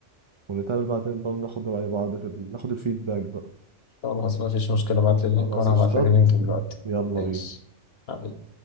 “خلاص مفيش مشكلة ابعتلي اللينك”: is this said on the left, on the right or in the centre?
Left